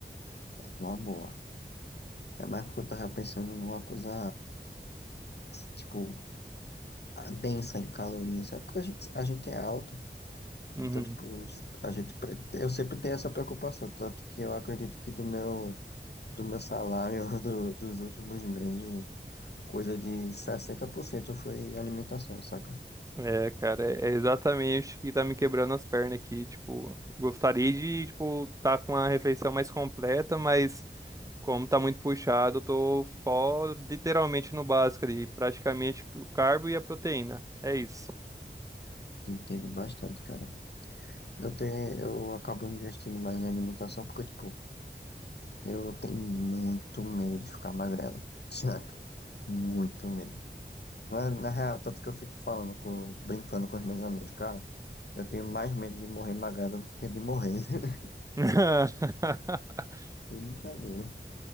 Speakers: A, on the left; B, on the right.
A: uma boa. É mais porque eu tava pensando numa coisa, tipo, ah, densa em calorias, sabe? Porque a gente, a gente é alto,
B: Uhum.
A: então, tipo, a gente, pre- eu sempre tenho essa preocupação, tanto que eu acredito que do meu, do meu salário <laughs> do- dos últimos meses, coisa de 60% foi alimentação, saca?
B: É, cara, é é exatamente o que tá me quebrando as pernas aqui, tipo, gostaria de, tipo, tá com a refeição mais completa, mas Como tá muito puxado, eu tô só literalmente no básico ali, praticamente o carbo e a proteína. É isso.
A: Entendo bastante, cara. Eu tenho, eu acabo investindo mais em alimentação porque, tipo, eu tenho muito medo de ficar magrelo. <laughs> Sério, muito medo. Na, na real, tanto que eu fico falando, com, brincando com os meus amigos, cara, eu tenho mais medo de morrer magrelo do que de morrer. <laughs>
B: <laughs>
A: É Brincadeira.